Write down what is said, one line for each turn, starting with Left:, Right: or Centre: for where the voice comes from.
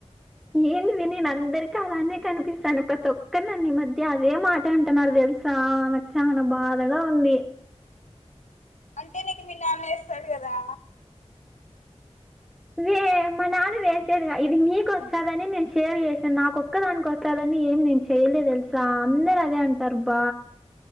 Centre: ఏంటిది నేను అందరికి కదానే కనిపిస్తాను ప్రతి ఒక్కరు నన్ను మధ్య అదే మాట అంటున్నారు తెలు సా నాకు చాలా బాధగా ఉంది
Left: అంటే నీకు మీ నాన్న వేస్తాడు కదా
Centre: వే మా నాన్న వేసేదిగా ఇది మీకు వస్తదని నేను షేర్ చేసాను నాకు ఒక్క దానికి వస్తే అదన్నీ ఏమి నేను చెయ్యలే తెలుసా అందరు అదే అంటారు అబ